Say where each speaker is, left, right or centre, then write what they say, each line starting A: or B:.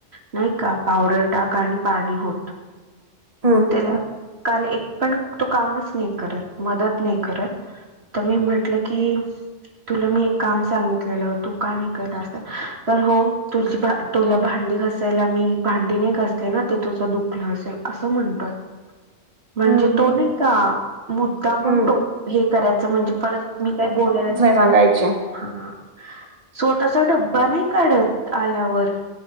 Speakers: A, on the right (about 60°); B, on the right (about 30°).
A: नाही का पावडर टाक आणि पाणी ओत.
B: हम्म
A: तेला काल एक पण तो कामचं नाही करत मदत नाही करत तर मी म्हटलं की तुला मी एक काम सांगितलेलं तू का नाही केलं असं तर हो तुझी भा तुला भांडी घासायला मी भांडी नाही घासले ना ते तुझं दुखलं असेल असं म्हण ला म्हणजे
B: हम्म
A: तो नाही का मुद्दामून
B: हम्म
A: टो हे करायचं म्हणजे परत मी काही बोलायलाच नाही
B: सांगायचे.
A: हा स्वतःचा डब्बा नाही काढत आल्यावर.